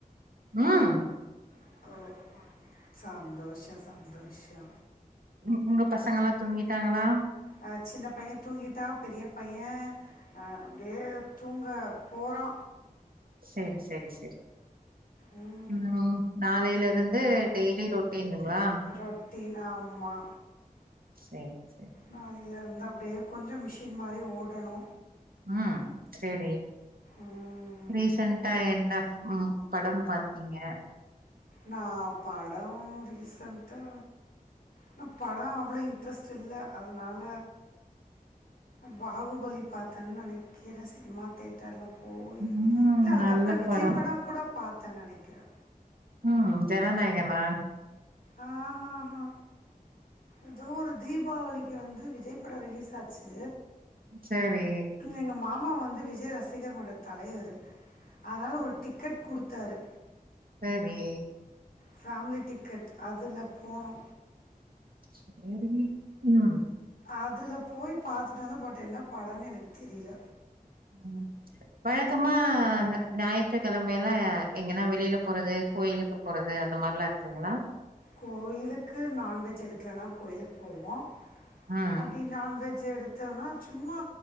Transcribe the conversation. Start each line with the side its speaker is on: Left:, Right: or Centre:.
Right: உம்
Left: ஓ இனிமையாதா போனிச்சிங்க சந்தோஷோ சந்தோஷோ
Right: உம் உங்க பசங்க எல்லா தூங்கிட்டாங்ளா
Left: அ சின்ன பையன் தூங்கிட்டா பெரிய பைய்யே அ அப்டியே தூங்க போறா
Right: செரி செரி செரி
Left: ம்
Right: உம் நாளையில இருந்து டெய்லியு ரொட் டின்ங்ளா
Left: ரொட்டின் ஆமா
Right: சேரி சேரி
Left: நாளையில இருந்து அப்டியே கொஞ்சோ மிஷின் மாறி ஓடணு
Right: உம் சேரி
Left: ம்
Right: ரீசென்டா என்ன ம் படம் பாத்தீங்க
Left: நா படோ ரீசன்ட்டா நா படோ அவ்ளோ இன்ட்ரெஸ்ட் இல்ல அதனால பாகுபலி பாத்தன்னு நெனைக்குற சினிமா தேட் டர்ல போயி
Right: ம்
Left: இல்ல அதுக்கப்பறோ
Right: நல்ல
Left: விஜய்
Right: படம்
Left: படோ கூட பாத்தேன்னு நெனைக்கிறே
Right: உம் ஜனநாயகனா
Left: ஆ ஆ ஆ ஏதோ ஒரு தீபாவளிக்கு வந்து விஜய் படம் ரிலீஸ் ஆச்சு
Right: சேரி
Left: எங்க மாமா வந்து விஜய் ரசிகர்மன்ற தலைவரு அதனால ஒரு டிக்கெட் குடுத்தாரு
Right: சேரி
Left: ஃபேமிலி டிக்கெட் அதுல போனோ
Right: சேரிங்க உம்
Left: அதுல போயி பாத்துட்டு வந்தோ பட் என்ன படோன்னு எனக்கு தெரியல
Right: உம் வழக்கமா ஞாயிற்றுக்கெழமையில எங்கனா வெளியில போறது கோயிலுக்கு போறது அந்த மாறில்லா இருக்குங்ளா
Left: கோயிலுக்கு நான்வெஜ் எடுக்கலன்னா கோயிலுக்கு போவோ
Right: ம்
Left: அப்டி நான்வெஜ் எடுத்தோன்னா சும்மா